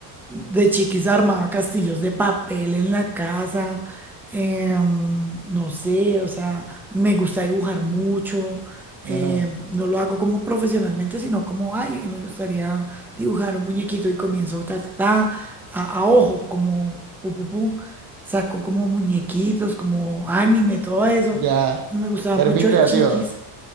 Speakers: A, in the centre; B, on the right (about 50°).
A: De chiquis armaba castillos de papel en la casa, em, no sé, o sea, me gusta dibujar mucho,
B: Ajá.
A: em, no lo hago como profesionalmente, sino como, ay, me gustaría dibujar un muñequito y comienzo ta, ta, ta, a, a ojo, como pu, pu, pu, saco como muñequitos, como anime, todo eso.
B: Ya.
A: Me gustaba
B: Eres
A: mucho
B: bien creativa.
A: de chiquis.